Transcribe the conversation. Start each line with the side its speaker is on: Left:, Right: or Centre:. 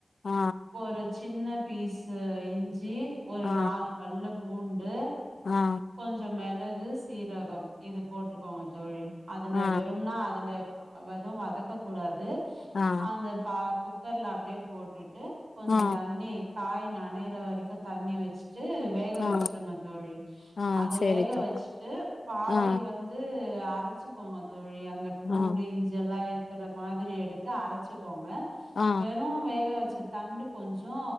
Left: ஆ
Right: பொருச் சின்ன பீஸ்சு இஞ்சி ஒரு
Left: ஆ
Right: நாலு பல்லு பூண்டு
Left: ஆ ஆ
Right: கொஞ்சோ மெள க்கு சீரகம் இது போட்டுக்கோங்க தோழி அதுல
Left: ஆ
Right: வெறும்னா அதுல வெது வதக்க கூடாது
Left: ஆ
Right: அந்தப்பா குக்கர்ல அப்பிடியே போட் டு கொஞ்ச
Left: ஆ
Right: தண்ணி காய் நனையற வரைக்கு தண்ணி வச்சி சட்டு வேக
Left: ஆ
Right: வச் சிருங்க தோழி
Left: ஆ
Right: அது
Left: சேரி
Right: வேக
Left: தோ
Right: வச்சிட்டு பாதி
Left: ஆ
Right: வந்து து அரைச்சிகோங்க தோழி அந்த பூண்டு
Left: ஆ
Right: இஞ்சல்லா க்கற மாரி எடுத்து அரச்சிக்கோங்க
Left: ஆ
Right: வெறு வேக வச் ச்ச தண்டு கொஞ்சோ